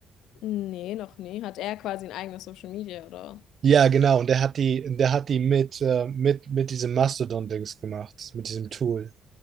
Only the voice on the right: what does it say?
Ja, genau. Und der hat die, der hat die mit, äh, mit, mit diesem Mastodon-Dings gemacht, mit diesem Tool.